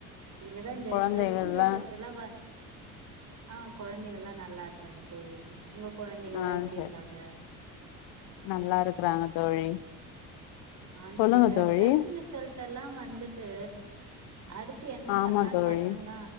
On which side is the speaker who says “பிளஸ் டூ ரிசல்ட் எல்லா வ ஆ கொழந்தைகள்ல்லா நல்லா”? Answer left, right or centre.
Right